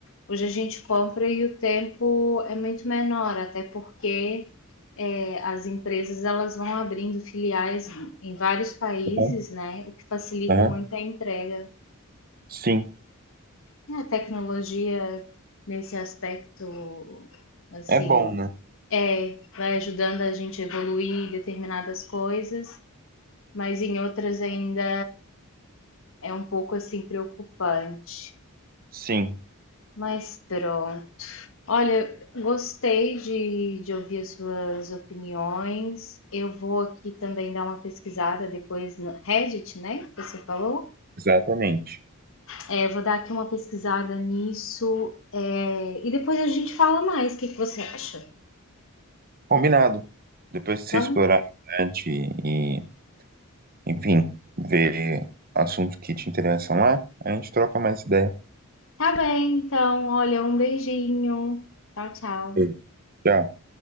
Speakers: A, on the left; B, on the right.
A: Hoje a gente compra e o tempo é muito menor, até porque é, as empresas elas vão abrindo filiais em vários países,
B: Uhum.
A: né? O que facilita
B: Aham,
A: muito a entrega.
B: Sim,
A: E a tecnologia nesse aspecto, assim,
B: é bom, né?
A: é, vai ajudando a gente a evoluir determinadas coisas mas em outras ainda é um pouco assim preocupante.
B: Sim,
A: Mas pronto. Olha, gostei de, de ouvir as suas opiniões. Eu vou aqui também dar uma pesquisada depois no Reddit, né? que Você falou?
B: exatamente.
A: É, vou dar aqui uma pesquisada nisso é, e depois a gente fala mais. O que que você acha?
B: Combinado. Depois que
A: Então,
B: você explorar a internet e, enfim, ver assuntos que te interessam lá, a gente troca mais ideia.
A: tá bem. Então, olha, um beijinho. Tchau, tchau.
B: Beijo, Tchau.